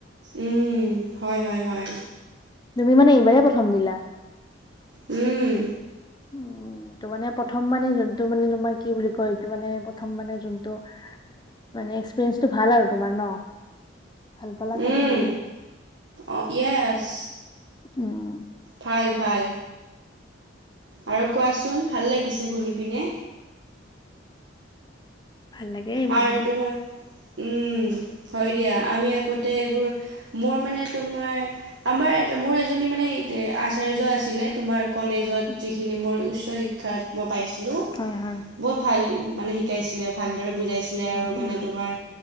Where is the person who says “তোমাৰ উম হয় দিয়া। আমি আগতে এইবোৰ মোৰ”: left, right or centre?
Right